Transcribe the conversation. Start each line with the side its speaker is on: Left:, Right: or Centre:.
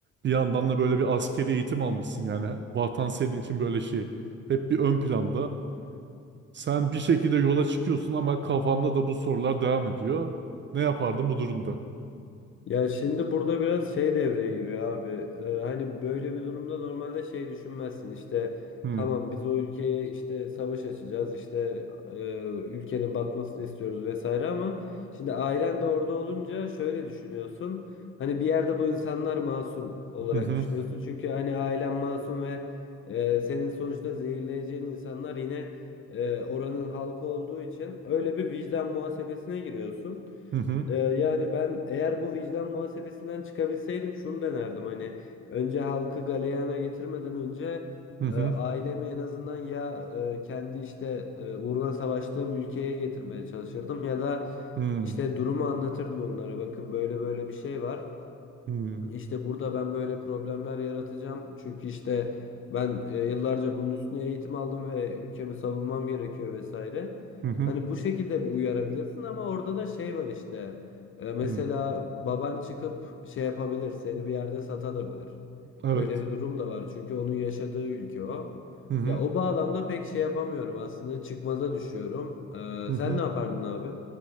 Right: Bir yandan da böyle bir askeri eğitim almışsın yani. Vatan senin için böyle şey. Hep bir ön planda. Sen bir şekilde yola çıkıyorsun ama kafanda da bu sorular devam ediyor. Ne yapardın bu durumda?
Left: Ya şimdi burada biraz şey devreye giriyor abi. Ee, hani böyle bir durumda normalde şey düşünmezsin işte
Right: Hmm.
Left: tamam biz o ülkeye işte savaş açacağız işte e, ülkenin batmasını istiyoruz vesaire ama şimdi ailen de orada olunca şöyle düşünüyorsun. Hani bir yerde bu insanlar masum olarak
Right: Hı hı
Left: düşünüyorsun. Çünkü hani ailen masum ve e, senin sonuçta zehirleyeceğin insanlar yine e, oranın halkı olduğu için öyle bir vicdan muhasebesine giriyorsun.
Right: hı hı
Left: Ee, yani ben eğer bu vicdan muhasebesinden çıkabilseydim şunu denerdim hani önce halkı galeyana getirmeden önce
Right: hı hı
Left: e, ailemi en azından ya e, kendi işte e, uğruna savaştığım ülkeye getirmeye çalışırdım ya da
Right: hı
Left: işte durumu anlatırdım onlara bakın böyle böyle bir şey var.
Right: hı
Left: İşte burada ben böyle problemler yaratacağım. Çünkü işte ben e, yıllarca bunun üstüne eğitim aldım ve ülkemi savunmam gerekiyor vesaire.
Right: hı
Left: Hani bu şekilde bir uyarabilirsin ama orada da şey var işte. E, mesela
Right: hı.
Left: baban çıkıp şey yapabilir, seni bir yerde satabilir.
Right: Evet.
Left: Öyle bir durum da var. Çünkü onun yaşadığı ülke o.
Right: Hı hı
Left: Ya o bağlamda pek şey yapamıyorum aslında çıkmaza düşüyorum.
Right: hı
Left: E,
Right: hı.
Left: sen ne yapardın abi?